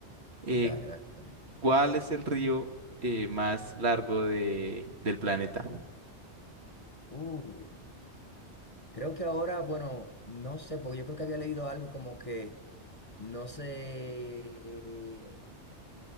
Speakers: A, on the right; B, on the left.
A: Eh,
B: Dale, dale. dale.
A: ¿Cuál es el río eh, más largo de, del planeta?
B: Uh, creo que ahora, bueno, no sé, porque yo creo que había leído algo como que no sé.